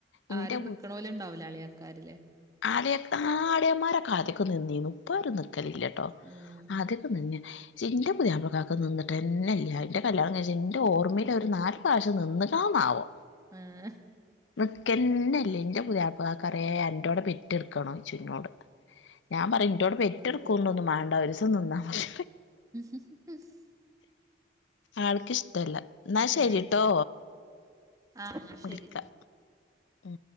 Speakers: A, on the left (about 75°); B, on the right (about 20°).
A: ഇന്റെ
B: ആരും നിക്കണോല് ഉണ്ടാവൂല അളിയാക്കാരില്ലേ
A: ആലെ ആഹ് അളിയന്മാരെക്കെ ആദ്യക്കെ നിന്നീനു ഇപ്പ ഓര് നിക്കലില്ലട്ടോ
B: ഉം
A: ആദ്യൊക്കെ നിന്നിന് ന്റെ പുതിയാപ്ലക്കാർക്ക് നിന്നിട്ടെന്നെല്ല ൻ്റെ കല്യാണം കഴിച്ച എൻ്റെ ഓർമയില് ഒരു നാല് പ്രാവശ്യം നിന്നിട്ടാ ആവോ
B: ആഹ്
A: നിക്കന്നില്ല എന്റെ പുതിയപ്ലക്കാരെ എന്റോടെ പെറ്റെടുക്കണോ ചോയ്ക്കെനോട് ഞാൻ പറയും ഇൻറ്റോടെ പെറ്റെടുക്കുന്നും
B: അത് ശരി
A: മാണ്ട ഒരിസം നിന്നാമതി
B: ഉം <unintelligible>
A: ആൾക്കിഷ്ടല്ല എന്നാ ശരിട്ടോ
B: ഏഹ് ആഹ് ശരി
A: വിളിക്കാ ഉം